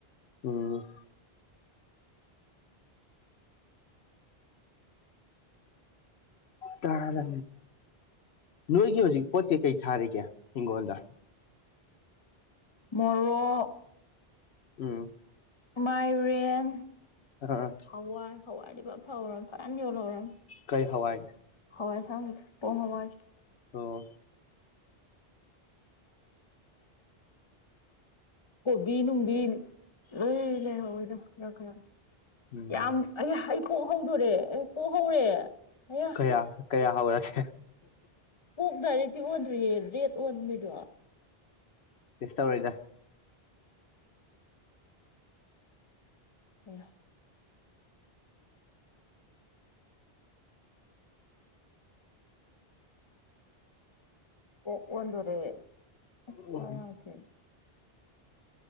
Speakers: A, on the left; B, on the left.
A: <inaudible>
B: ꯎꯝ
A: <inaudible>
B: ꯇꯥꯔ ꯅꯣꯏꯒꯤ ꯍꯧꯖꯤꯛ ꯄꯣꯠ ꯀꯩ ꯀꯩ ꯊꯥꯔꯤꯒꯦ ꯍꯤꯡꯒꯣꯟꯗ
A: ꯃꯣꯔꯣꯛ
B: ꯎꯝ
A: ꯃꯥꯏꯔꯦꯟ
B: ꯑ <unintelligible>
A: ꯍꯋꯥꯏ ꯍꯋꯥꯏ <unintelligible> ꯐꯧꯔ ꯐꯖꯅ ꯌꯣꯜꯍꯧꯔꯅꯤ
B: ꯀꯩ ꯍꯋꯥꯏ
A: ꯍꯋꯥꯏ ꯑꯁꯥꯡꯕꯤꯗ‌ꯣ ꯄꯣꯡ ꯍꯋꯥꯏ
B: ꯑꯣ
A: ꯀꯣꯕꯤ ꯅꯨꯡꯕꯤ ꯂ‌ꯣꯏ ꯂꯩꯍꯧꯋꯦꯗꯣ ꯈꯔ ꯈꯔ
B: ꯎꯝ
A: ꯌꯥꯝ ꯑꯩ ꯍꯩꯊꯣꯛꯍꯧꯗꯣꯔꯦ ꯑꯦ ꯄ‌ꯣꯍꯧꯔꯦ ꯑꯌꯥ
B: ꯀꯌꯥ ꯀꯌꯥ ꯍꯧꯔꯒꯦ
A: ꯀꯣꯛ ꯗꯥꯏꯔꯦꯛꯇꯤ ꯑꯣꯟꯗ꯭ꯔꯤꯌꯦ ꯔꯦꯠ ꯑꯣꯟꯕꯤꯗꯣ
B: ꯀꯩꯁ ꯇꯧꯔ‌ꯣꯏꯗꯥ
A: <unintelligible> ꯑꯣꯛ ꯑꯣꯟꯗꯣꯔꯦ ꯑꯁ
B: ꯑꯣ
A: ꯊꯋꯥꯏ ꯅꯨꯡꯉꯥꯏꯇ‌ꯦ